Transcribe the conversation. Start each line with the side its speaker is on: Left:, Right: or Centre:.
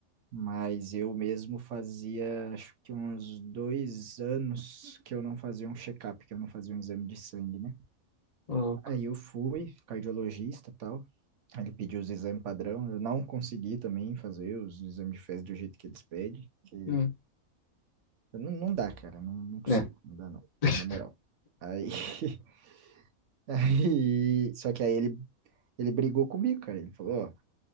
Right: Mas eu mesmo fazia, acho que uns dois anos que eu não fazia um check-up, que eu não fazia um exame de sangue, né?
Left: uhum, louco.
Right: Aí eu fui, cardiologista e tal. Aí Ele pediu os exames padrão. Eu não consegui também fazer os exames de fezes do jeito que eles pedem. Que
Left: Hum.
Right: eu não, não dá, cara. Não, não consigo.
Left: Né?
Right: Não dá, não.
Left: <laughs>
Right: Na moral. Aí, <laughs> aí, só que aí ele, ele brigou comigo, cara. Ele falou, ó,